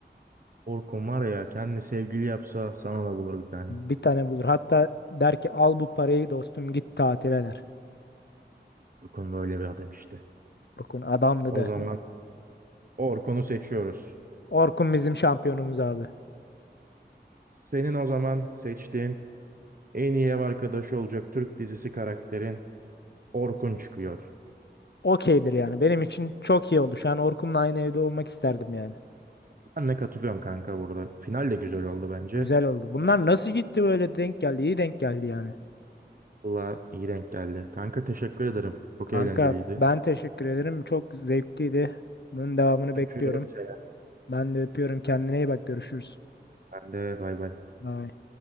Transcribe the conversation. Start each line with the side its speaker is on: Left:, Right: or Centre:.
Right: Orkun var ya kendi sevgili yapsa sana da bulur bir tane.
Left: Bir tane bulur. Hatta der ki al bu parayı dostum git tatile der.
Right: Orkun böyle bir adam işte.
Left: Orkun adamdı
Right: O
Left: der.
Right: zaman Orkun'u seçiyoruz.
Left: Orkun bizim şampiyonumuz abi.
Right: Senin o zaman seçtiğin en iyi ev arkadaşı olacak Türk dizisi karakterin Orkun çıkıyor.
Left: Okeydir yani. Benim için çok iyi oldu. Şu an Orkun'la aynı evde olmak isterdim yani.
Right: Ben de katılıyorum kanka burada. Final de güzel oldu bence.
Left: Güzel oldu. Bunlar nasıl gitti böyle denk geldi? İyi denk geldi yani.
Right: Valla iyi denk geldi. Kanka teşekkür ederim. Çok
Left: Kanka
Right: eğlenceliydi.
Left: ben teşekkür ederim. Çok zevkliydi. Bunun devamını
Right: Öpüyorum
Left: bekliyorum.
Right: seni.
Left: Ben de öpüyorum. Kendine iyi bak. Görüşürüz.
Right: Ben de bay bay.
Left: Bye.